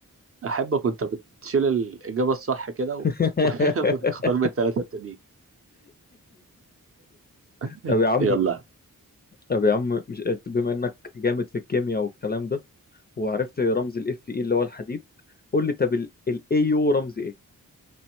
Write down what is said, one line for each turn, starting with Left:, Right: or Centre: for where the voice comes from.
Right: أحبك وانت بتشيل الإجابة الصح كده و...
Left: <laughs>
Right: <laughs> وتختار من التلاتة التانيين <laughs>
Left: طب يا عم
Right: يلا
Left: طب يا عم مش بما انك جامد في الكيمياء والكلام ده وعرفت رمز الاف اي اللي هو الحديد قول لي طب الايو رمز ايه؟